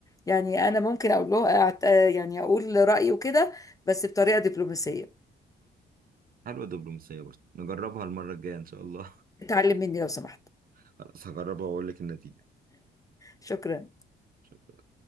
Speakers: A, on the left; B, on the right.
A: يعني انا ممكن اقول له أعت... آه، يعني اقول رأيي وكده بس بطريقة دبلوماسية
B: حلوه الدبلوماسيه برضه نجربها المره الجايه ان شاء الله
A: اتعلم مني لو سمحت
B: <laughs> خلاص هجربها واقول لك النتيجه
A: شكرا
B: شكرا